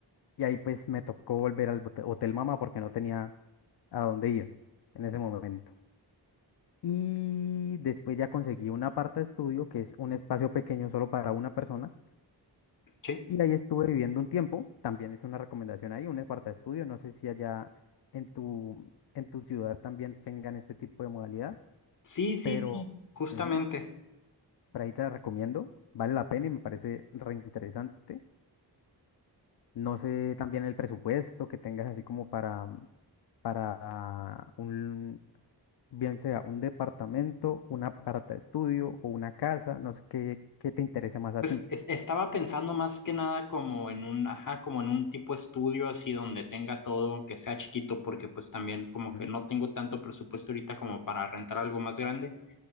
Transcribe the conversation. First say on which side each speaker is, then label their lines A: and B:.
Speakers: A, on the left; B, on the left.
A: y ahí pues me tocó volver al bote- Hotel Mama porque no tenía a dónde ir en ese momento. Y después ya conseguí un aparta estudio, que es un espacio pequeño solo para una persona
B: sí,
A: Y ahí estuve viviendo un tiempo, también es una recomendación ahí, un aparta estudio, no sé si allá en tu, en tu ciudad también tengan este tipo de modalidad,
B: sí, sí,
A: pero
B: sí, justamente.
A: ujú, por ahí te la recomiendo, vale la pena y me parece reinteresante. No sé también el presupuesto que tengas así como para, para un, bien sea un departamento, un aparta estudio o una casa, no sé qué, qué te interesa más a
B: Pues
A: ti.
B: es- estaba pensando más que nada como en un, ajá, como en un tipo estudio así donde tenga todo, aunque sea chiquito, porque pues también como
A: Ujú,
B: que no tengo tanto presupuesto ahorita como para rentar algo más grande